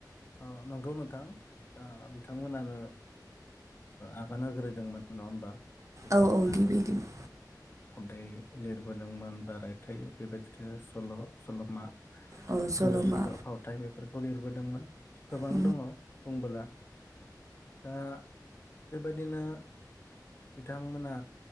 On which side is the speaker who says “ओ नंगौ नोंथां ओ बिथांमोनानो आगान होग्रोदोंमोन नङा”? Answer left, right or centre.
Left